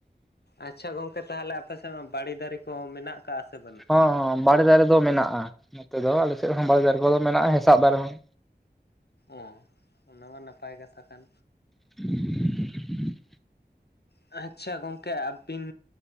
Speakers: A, on the left (about 70°); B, in the centre.
A: ᱟᱪᱪᱷᱟ ᱜᱚᱝᱠᱮ ᱛᱟᱦᱚᱞᱮ ᱟᱯᱮ ᱥᱮᱫ ᱢᱟ ᱵᱟᱲᱮ ᱫᱟᱨᱮ ᱠᱚᱦᱚᱸ ᱢᱮᱱᱟᱜ? ᱠᱟᱜᱼᱟ ᱥᱮ ᱵᱟᱹᱱᱩᱜ
B: ᱦᱚᱸ
A: ᱠᱟᱜᱼᱟ
B: ᱦᱚᱸ ᱵᱟᱲᱮ ᱫᱟᱨᱮ ᱫᱚ ᱢᱮᱱᱟᱜᱼᱟ ᱱᱚᱛᱮ ᱫᱚ ᱟᱞᱮ ᱥᱮᱫ ᱦᱚᱸ ᱵᱟᱲᱮ ᱫᱟᱨᱮ ᱠᱚᱫᱚ ᱢᱮᱱᱟᱜᱼᱟ ᱦᱮᱸᱥᱟᱜ ᱫᱟᱨᱮ ᱦᱚᱸ᱾
A: ᱚ ᱚᱱᱟᱢᱟ ᱱᱟᱯᱟᱭ ᱠᱟᱛᱷᱟ ᱠᱟᱱ᱾
B: <inaudible>
A: ᱟᱪᱪᱷᱟ ᱜᱚᱝᱠᱮ ᱟᱹᱵᱤᱱ